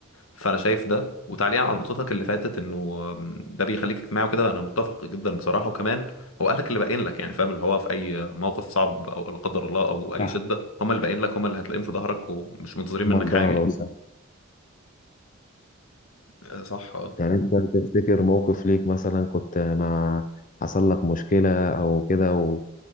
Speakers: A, on the left; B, on the left.
A: فانا شايف ده وتعليقا على نقطتك اللي فاتت انه ده بيخليك اجتماعي وكده انا متفق جدا بصراحه وكمان هو اهلك اللي باين لك يعني فاهم اللي هو في اي موقف صعب او لا قدر الله او اي
B: صح
A: شده هم اللي باين لك هم اللي هتلاقيهم في ظهرك ومش منتظرين
B: هم
A: منك
B: الظهر
A: حاجه يعني
B: أنت وس-
A: آه، صح اه
B: يعني انت تفتكر موقف ليك مثلا كنت مع حصل لك مشكلة او كده و...